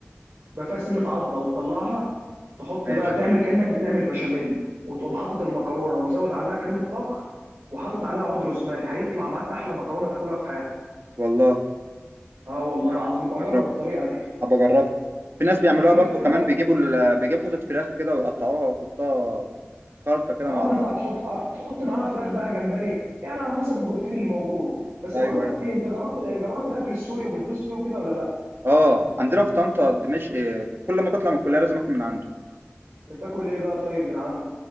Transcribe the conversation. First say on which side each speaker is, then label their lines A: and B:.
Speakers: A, on the right; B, on the right.
A: يبقى فيها سنة عضة وتطلعها تحط
B: ماشي
A: بقى تعمل كأنك بتعمل بشاميل وتقوم حاطط المكرونة ومزود عليها كريمة طبخ وحاطط عليها عود روزماري هيطلع معاك أحلى مكرونة تاكلها في حياتك
B: والله
A: اه والله
B: جامد
A: العظيم يبقى
B: بجربها
A: جرب الطريقة دي
B: ابقى اجربها في ناس بيعملوها
A: انت ليك
B: برضو
A: في
B: كمان
A: الأكل
B: بيجيبوا ال... بيجيبوا حتة فراخ كده ويقطعوها ويحطوها خلطة كده
A: اه
B: مع
A: ما
B: بعض
A: انت هتحط هتحط معاها فراخ بقى جمبري يعني على حسب البروتين اللي موجود بس
B: ايوه
A: بقول لك
B: ايوه
A: ايه
B: فاهم
A: انت جربت جربت الاكل السوري وبتدوس فيه وكده ولا لا
B: اه عندنا في طنطا دمشق آه، كل ما بطلع من الكلية لازم اكل من عنده
A: بتاكل ايه بقى طيب من عنده